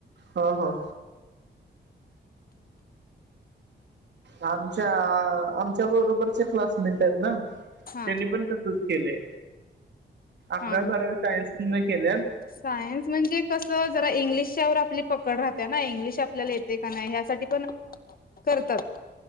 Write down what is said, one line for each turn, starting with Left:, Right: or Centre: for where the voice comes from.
Right: हो हो आमच्या आमच्या बरोबरचे क्लासमेंट आहेत ना
Left: हा
Right: त्यांनी पण तसूस केले अकरा
Left: हा
Right: बारावी
Left: हा
Right: सायन्सने केल्या
Left: सायन्स म्हणजे कसं जरा इंग्लिशच्या ववर आपली पकड राहते ना इंग्लिश आपल्याला येते का नाही ह्यासाठी पण करतात